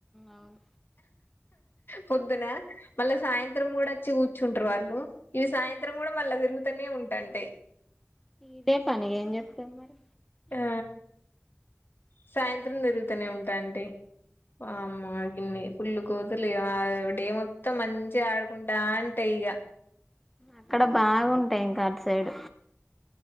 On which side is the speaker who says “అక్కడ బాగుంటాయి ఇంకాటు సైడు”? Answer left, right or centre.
Centre